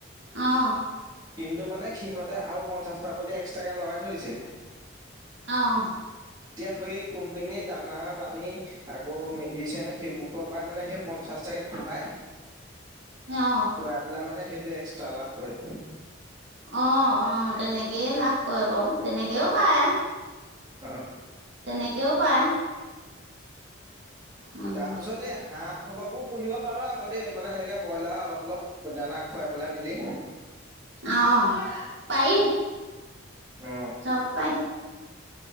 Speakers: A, on the right; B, on the right.
A: অ
B: কিন্তু মানে সিহঁতে আও পঞ্চাছ তাৰপতি এক্সট্ৰাকে লগাই থৈ দিছে।
A: অ'।
B: এতিয়া সৈ কোম্পিনী দানা পানী আকৌ মেডিচেন সেইবোকৰ পৰাই মানে সেই পঞ্চাশটাকে খুৱাই
A: অ
B: খুৱাই পেলাই মানে সেইটো এক্স লাভ কৰে
A: অ অ তেনেকেইয় লাভ কৰে বাৰু তেনেকেও পায়
B: অ
A: তেনেকেও পায় উম
B: তাৰপিছত এই হাঁহ অলপো পুহিব পাৰো আকৌ দেই মানে এনেকে ব্ৰইলাৰ অলপ অলপ দানা খুৱাই পেলাই মেলি
A: অ পায়
B: অ
A: চব পাই